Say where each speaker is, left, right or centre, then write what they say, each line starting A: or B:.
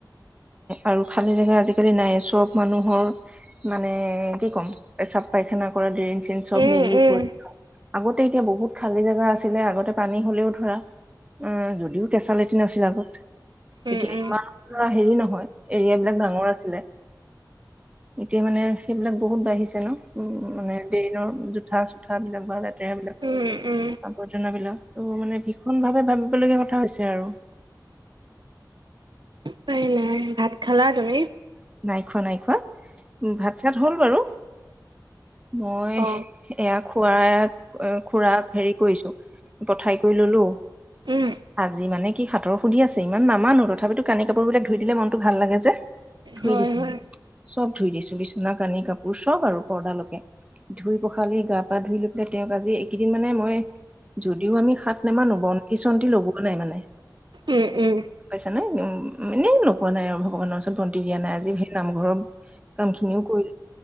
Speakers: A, on the right; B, on the right.
A: আৰু খালি জেগা আজিকালি নাই আছো চব মানুহৰ মানে কি ক'ম পেচাপ পাইখানা কৰা ড্ৰন চেইন চব
B: উম
A: মিলি
B: উম
A: কৰি আগতে এতিয়া বহুত খালী জাগা আছিলে আগতে পানী হ'লেও ধৰা অ' যদিও কেঁচা লেটিন আছিল আগত, তেতিয়া
B: উম উম
A: ইমান ধৰা হেৰি নহয়। এৰিয়াবলাক ডাঙৰ আছিলে, এতিয়া মানে সেইবিলাক বহুত বাঢ়িছে ন। উম, মানে বেইনৰ জোঠা চোঠা বিলাক বা লেতেৰা বিলাক
B: উম উম
A: আৱৰ্জনাবিলাক। ত' মানে ভীষণ ভাৱে ভাবিবলগীয়া কথা হৈছে আৰু।
B: <unintelligible> ভাত খালা? তুমি
A: নাই খোৱা নাই খোৱা উ ভাত চাত হ'ল বাৰু। মই
B: অ
A: এয়া খোৱা খুৰা হেৰি কৰিছো। পঠাই কৰি ললোঁ।
B: উম
A: আজি মানে কি হাতৰ সুধি আছে। ইমান নামানো ত তথাপিতো কানি কাপোৰ বিলাক ধুই দিলে মনটো ভাল লাগে যে, ধুই
B: হয়
A: দিছো।
B: হয়
A: চব ধুই দিছো বিছনখ। চনা কানি কাপোৰ চব আৰু পৰ্দালকে ধুই পখালি গাপ। গা ধুই লৈ পেলাই তেওঁক আজি এইকেইদিন মানে মই যদিও আমি সাত নামানো বন্তি চন্তি লগোৱা নাই মানে।
B: উম উম
A: পাইছা নে এননে লগোৱা নাই আৰু ভগৱানৰ ওচৰত বন্তি দিয়া নাই আজি স নামঘৰৰ কাম খিনিও কৰি।